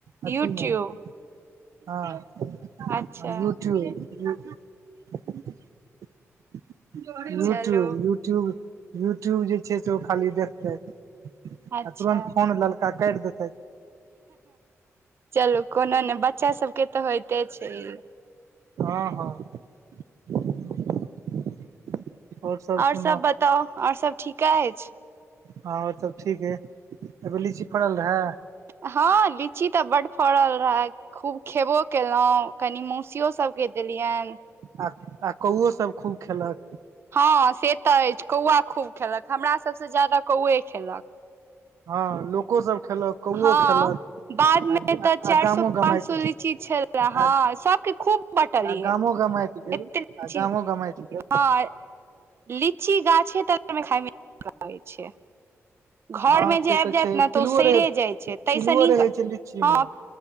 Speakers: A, on the right; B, on the right.
A: अथी
B: यूट्यूब।
A: मे
B: <unintelligible>
A: हँ। <unintelligible> यूट्यूब।
B: अच्छा
A: <unintelligible> हँ। <unintelligible> <unintelligible> यूट्यूब-
B: चलू
A: यूट्यूब। यूट्यूब जे छै से ओ खाली देखतै। आ
B: अच्छा
A: तुरन्त फोन ललका फेँटि देतै।
B: चलू, कोना नै ब- बच्चा सबके तऽ होयइते छै। <unintelligible>
A: हँ -हँ। <unintelligible> आओर सब
B: आओरसब
A: सुना
B: बताउ, आओरसब ठीक -क अइछ?
A: हँ औरसभ ठीक अइ। कि बेर लीची फड़ल रहए?
B: हँ, लीची तऽ बड्ड फड़ल रहए, खूब खेबो केलहुँं। कनि मौसियो सभकेँ देलियनि।
A: आ आ कौओसभ खूब खेलक।
B: हँ, से तऽ अछि। कौआ खूब खेलक। हमरा सबसँ ज्यादा कौए खेलक।
A: हँ, लोकोसभ खेलक, कौओ
B: हँ
A: खेलक
B: बादमे
A: आ ग
B: तऽ चारि
A: आ गामो
B: सौ
A: गमाइत
B: पाँच सौ लीची छले हँ
A: आ
B: सबके खूब बँटलियै
A: आ गामो गमाइत गेल
B: एते लीची
A: आ गामो गमाइत गेल।
B: हँ लीची गाछे तरमे गाममे नीक लगैत छै। घरमे
A: हँ
B: जे
A: से
B: आबि जाएत
A: छै
B: ने,
A: पिलुओ
B: तऽ ओ सैरे
A: रहै
B: जाइ छै। ताहिसँ
A: पिलुओ
B: नीक,
A: रहै छै लीची
B: हँ
A: मे